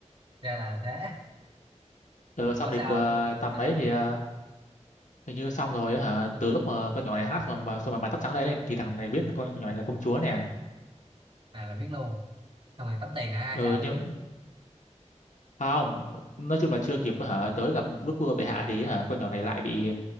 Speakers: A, on the right; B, on the left.
A: ra là thế
B: ừ,
A: <laughs>
B: xong
A: bảo
B: thì
A: sao
B: ờ, tầm
A: nghe
B: đấy
A: lời
B: thì ờ, hình như xong rồi á hả từ lúc mà con nhỏ này hát mà, mà xong rồi mái tóc trắng lên ấy, thì thằng này biết con, con nhỏ này là công chúa nè
A: à là biết luôn xong rồi tống tiền hả hay
B: ừ,
A: sao
B: nhưng không nói chung là chưa kịp hả tới gặp đức vua bệ hạ thì hả con nhỏ này lại bị